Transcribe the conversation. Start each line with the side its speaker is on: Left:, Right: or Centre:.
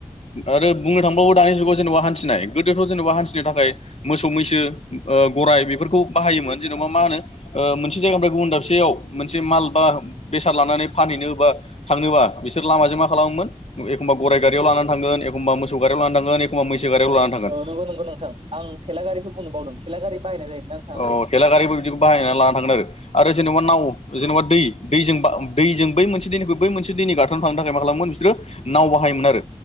Left: आरो बुंनो थांबावो दानि जुगाव जेनेबा हान्थिनाय गोदोथ जेनेबा हान्थिनो थाखाय मोसौ मैसो ओ गराइ बेफोरखौ बाहायोमोन जेनेबा मा होनो ओ मोनसे जायगानिफ्राय गुबुन दाबसेयाव मोनसे माल बा बेसाद लानानै फानहैनो बा थांनोबा बिसोर लामाजों मा खालामोमोन एखमबा गराइ गारियाव लानानै थांगोन एखमबा मोसौ गारियाव लानानै थांगोन एखमबा मैसो गारियाव लानानै थांगोन
Right: औ नंगौ नंगौ नोंथां आं थेला गारिखौ बुंनो बावदों थेला गारि बाहायनाय जायोमोन ना नोंथां
Left: औ थेला गारिबो बिदिखौ बाहायनानै लाना थांगोन आरो आरो जेनेबा नाव जेनबा दै दैजों बा दैजों बै मोनसे दैनिखौ बै मोनसे दैनि गाथोनाव थांनो थाखाय मा खालामोमोन बिसोरो नाव बाहायोमोन आरो